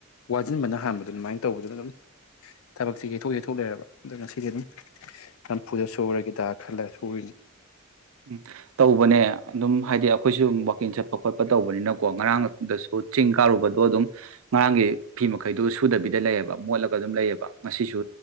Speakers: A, on the left (about 80°); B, on the right (about 75°).
A: ꯋꯥꯖꯤꯟꯕꯅ ꯍꯥꯟꯕꯗ ꯑꯗꯨꯃꯥꯏꯅ ꯇꯧꯕꯗꯨꯅ ꯑꯗꯨꯝ ꯊꯕꯛꯁꯦ ꯌꯩꯊꯣꯛ ꯌꯩꯊꯣꯛ ꯂꯩꯔꯕ ꯑꯗ ꯉꯁꯤꯗꯤ ꯑꯗꯨꯝ ꯅꯝꯐꯨꯗ ꯁꯨꯔꯒꯦꯗ ꯈꯜꯂꯒ ꯁꯨꯔꯤꯅꯤ
B: ꯎꯝ ꯇꯧꯕꯅꯦ ꯑꯗꯨꯝ ꯍꯥꯏꯗꯤ ꯑꯩꯈꯣꯏꯁꯨ ꯋꯥꯛꯀꯤꯡ ꯆꯠꯄ ꯈꯣꯠꯄ ꯇꯧꯕꯅꯤꯅꯀꯣ ꯉꯔꯥꯡꯗꯁꯨ ꯆꯤꯡ ꯀꯥꯔꯨꯕꯗꯣ ꯑꯗꯨꯝ ꯉꯔꯥꯡꯒꯤ ꯐꯤ ꯃꯈꯩꯗꯨ ꯁꯨꯗꯕꯤꯗ ꯂꯩꯌꯦꯕ ꯃꯣꯠꯂꯒ ꯑꯗꯨꯝ ꯂꯩꯌꯦꯕ ꯉꯁꯤꯁꯨ